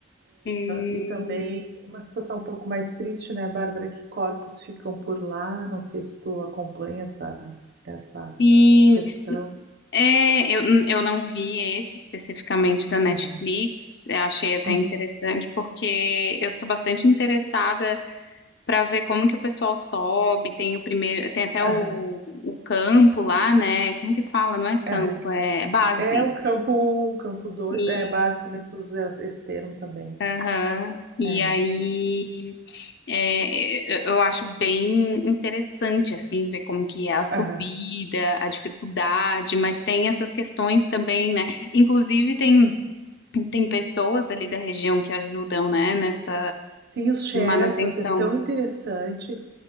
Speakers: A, on the left; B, on the right.
A: Hum,
B: E também uma situação um pouco mais triste, né, Bárbara, que corpos ficam por lá. Não sei se tu acompanha essa, essa
A: sim.
B: questão.
A: É, eu, eu não vi esse especificamente da Netflix.
B: Uhum.
A: Eu achei até
B: Uhum.
A: interessante, porque eu sou bastante interessada para ver como que o pessoal sobe. Tem o primeiro, tem até o,
B: Aham,
A: o campo lá, né? Como que fala? Não é campo,
B: aham.
A: é base.
B: É o campo um, campo dois.
A: Isso.
B: É, base também se usa esse termo também.
A: Aham. E
B: É.
A: aí. É, eu eu acho bem interessante, assim, ver como que é a subida,
B: aham.
A: a dificuldade, mas tem essas questões também, né? Inclusive, tem, tem pessoas ali da região que ajudam, né, nessa
B: Sim, os Sherpas
A: manutenção.
B: é tão interessante